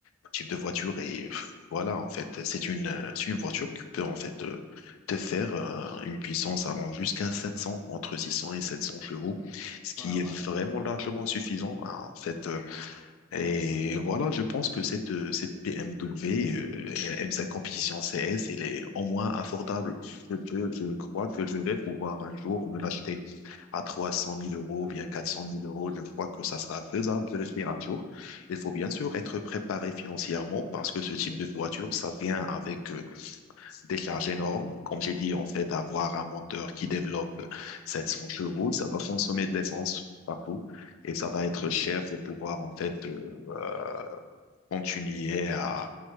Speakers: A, on the left; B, in the centre.
A: ce type de voiture. Et euh, voilà, en fait, c'est une, euh, c'est une voiture qui peut en fait euh, te faire euh, une puissance allant jusqu'à 700, entre 600 et 700 chevaux, ce qui
B: ouais, ouais.
A: est vraiment largement suffisant. hein. En fait, euh, et voilà, je pense que cette, euh, cette BMW euh, M5 Competition CS, elle est au moins abordable. Je peux, je crois que je vais pouvoir un jour me l'acheter à trois cent mille euros, bien quatre cent mille euros. Je crois que ça sera faisable de le faire un jour. Il faut bien sûr être préparé financièrement parce que ce type
B: Oui.
A: de voiture, ça vient avec euh, des charges énormes. Comme j'ai dit, en fait, avoir un moteur qui développe 700 chevaux, ça va consommer de l'essence partout et ça va être
B: Mhm.
A: cher de pouvoir, en fait, euh, continuer à,